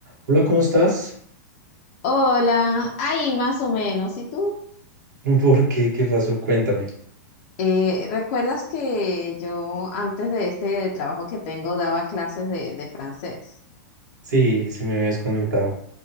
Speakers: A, on the right; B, on the left.
A: Hola, ¿cómo estás?
B: Hola, ahí más o menos. ¿Y tú?
A: <laughs> ¿Por qué? ¿Qué pasó? Cuéntame.
B: Eh, ¿recuerdas que yo antes de este trabajo que tengo daba clases de, de francés?
A: Sí, sí me habías comentado.